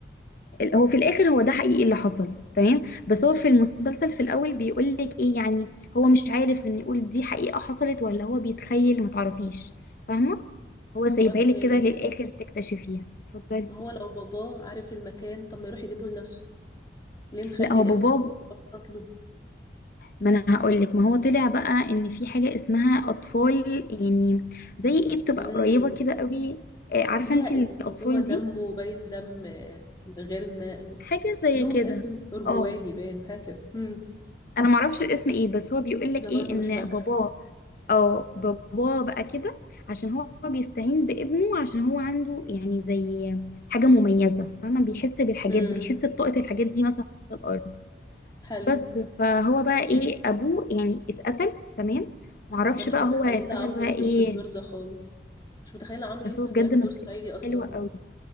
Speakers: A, on the left; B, on the left.
A: هو في الاخر هو ده حقيقي اللي حصل تمام بس هو في المسلسل في الاول بيقول لك ايه يعني هو مش عارف ان يقول دي حقيقة حصلت ولا هو بيتخيل ما تعرفيش فاهمة
B: طب
A: هو سايبها
B: سؤال
A: لك
B: تاني
A: كده للاخر تكتشفيها اتفضلي
B: ما هو لو باباه عارف المكان طب ما يروح يجيبه لنفسه ليه مخلي
A: لا هو بابا
B: ابنه يبسط له
A: ما انا هقول لك ما هو طلع بقى ان في حاجة اسمها اطفال يعني زي ايه بتبقى
B: مم.
A: قريبة كده قوي آه، عارفة
B: ليها
A: انت الاطفال
B: اسم اللي هو دمه
A: دي
B: باين دم آه، غيرنا
A: حاجة زي
B: لهم
A: كده
B: اسم أرجواني
A: اه
B: باين حاجة كده مم.
A: انا معرفش الاسم ايه بس هو بيقول لك
B: أنا برضو
A: ايه ان
B: مش فاكرة
A: باباه اه باباه بقى كده عشان هو بيستعين بابنه عشان هو عنده يعني زي حاجة مميزة فاهمة بيحس بالحاجات
B: مم.
A: دي بيحس بطاقة الحاجات دي مثلا تحت الأرض
B: حلو
A: بس فهو بقى ايه أبوه يعني اتقتل تمام معرفش
B: انا مش
A: بقى
B: متخيله
A: هو اتقتل
B: عمرو
A: بقى
B: يوسف
A: ايه
B: في الدور ده خالص مش متخيله عمرو يوسف
A: بس هو بجد
B: بيعمل دور
A: مثل
B: صعيدي اصلا
A: حلوة قوي